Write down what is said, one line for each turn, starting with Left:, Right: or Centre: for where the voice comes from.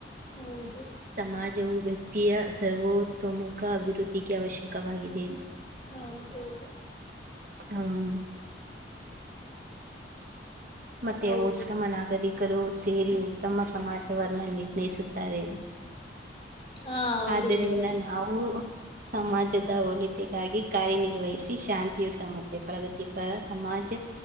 Left: ಹೌದು
Right: ಸಮಾಜವು ವ್ಯ ತಿಯ ಸರ್ವೋ ಉತ್ತಮಖ ಅಭಿವೃದ್ಧಿಗೆ ಅವಶ್ಯಕವಾಗಿದೆ
Left: ಹೌದೌದು
Right: ಹ್ಮ ಮತ್ತೆ
Left: ಹೌದು
Right: ಹೋದ್ತಮ್ಮನ್ ನಾಗರಿ ರು ಸೇರಿ ಉತ್ತಮ ಸಮಾಜವನ್ನ ನೀ ಸ್ನೇಸುತ್ತಾರೆ
Left: ಹಾ ಹೌದು
Right: ಆದ್ದರಿಂದ
Left: ರೀ ಹೌದು
Right: ನಾವು ಸಮಾಜ ಹೋಳಿಕೆಗಾಗಿ ಕಾರ್ಯನಿರ್ವಹಿಸಿ ಶಾಂತಿಯುತಮ ಪ್ರಗತಿ ಪರ ಸಮಾಜ